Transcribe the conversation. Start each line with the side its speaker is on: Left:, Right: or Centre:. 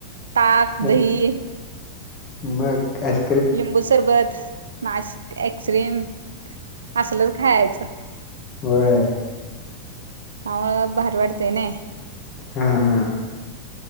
Right: ताक
Left: हं.
Right: दही
Left: मग अस
Right: लिंबू सरबत मास्क एक्रीम असलच खायचं
Left: वर
Right: ह भार वाडतेने.
Left: हा हा.